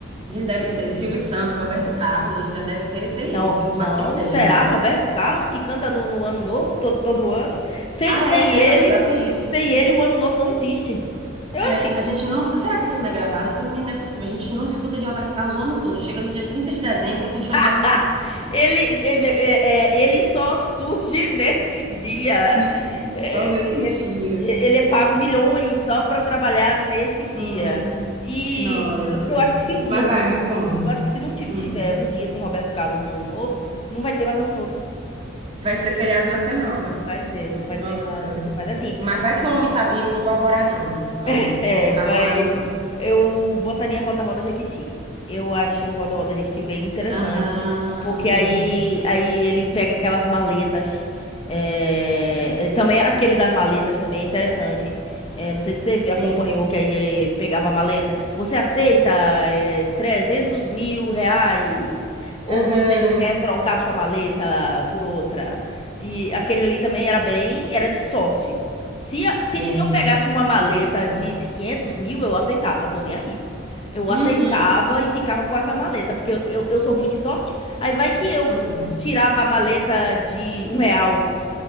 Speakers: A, on the right; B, on the left.
A: Gente, deve ser. Silvio Santos, Roberto Carlos, já deve ter, ter
B: Não,
A: ido, porque eu não
B: não.
A: faço ideia,
B: Será
A: gente.
B: Roberto Carlos que canta no, no Ano Novo todo, todo ano? Sem,
A: Ah,
B: sem
A: é, né?
B: ele,
A: Pior que é isso.
B: sem ele o Ano Novo não existe. Oxi.
A: É, a gente não. Será que aquilo não é gravado? Porque, menina, não é possível. A gente não escuta de Roberto Carlos o ano todo. Chega no dia trinta de dezembro, tem show
B: <laughs>
A: do Roberto Carlos.
B: Ele, ele, é- é- é, ele só surge <laughs> nesse dia.
A: <laughs> Só
B: É,
A: nesse
B: Ele,
A: dia.
B: ele é pago milhões só para trabalhar nesse dia.
A: Nossa,
B: E
A: nossa.
B: eu, eu acho que se o
A: Mas
B: dia ti-
A: vai, me conta.
B: eu acho que se não tive-
A: Hum.
B: tiver um dia sem Roberto Carlos no Ano Novo, não vai ter mais Ano Novo.
A: Vai ser feriado nacional, viu?
B: Vai ser, não vai
A: Nossa.
B: ter mais, não vai ter mais. Assim,
A: Mas vai que o homem tá vivo, não vou agora, não. Vai,
B: <laughs>
A: não
B: É,
A: vou ficar
B: vai.
A: agora, não.
B: Eu botaria Roda Roda Jequiti. Eu acho o Roda Roda Jequiti bem interessante,
A: Aham.
B: porque aí, aí ele pega aquelas maletas. é, é, Também aquele das maletas também é interessante. É, não sei se você vi-
A: Sim.
B: acompanhou que aí é, pegava a maleta. Você aceita é, 300 mil reais? Ou
A: Aham.
B: você quer trocar sua maleta por outra? E aquele ali também era bem, era de sorte. Se, a- se,
A: Era
B: se eu pegasse
A: um
B: uma maleta
A: tenso.
B: de 500 mil, eu aceitava, tô nem aí. Eu
A: Uhum.
B: aceitava e ficava com essa maleta, porque eu, eu, eu sou ruim de sorte. Aí vai que eu
A: Pois é.
B: tirava a maleta de um real.